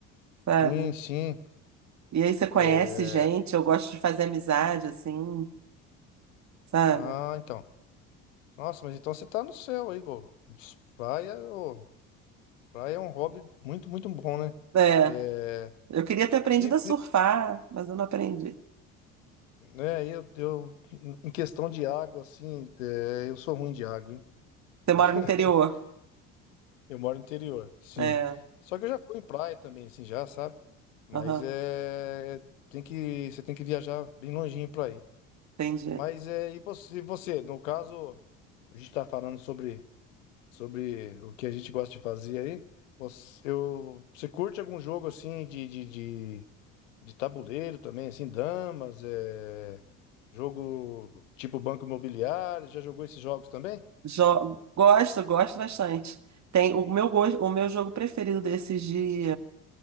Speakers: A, on the right; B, on the left.
A: sabe?
B: Sim, sim.
A: E aí você conhece
B: É,
A: gente, eu gosto de fazer amizade, assim, sabe?
B: Ah, então. Nossa, mas então você tá no céu aí, pô. Praia, ô, praia é um hobby muito, muito bom, né?
A: É.
B: É,
A: Eu queria ter aprendido
B: E,
A: a surfar, mas eu não aprendi.
B: É, eu, eu, em questão de água, assim, é, eu sou ruim de água, hein?
A: Você
B: <laughs>
A: mora no interior.
B: Eu moro no interior, sim.
A: É,
B: Só que eu já fui em praia também, assim, já, sabe? Mas
A: aham,
B: é, é, tem que, você tem que viajar bem longinho pra ir.
A: entendi.
B: Mas é, e você, e você, no caso, a gente tá falando sobre, sobre o que a gente gosta de fazer aí. Você, eu, você curte algum jogo, assim, de, de, de de tabuleiro também, assim, damas, é, jogo tipo Banco Imobiliário, já jogou esses jogos também?
A: Jo- Gosto, gosto bastante. Tem o meu gosto, o meu jogo preferido desses de,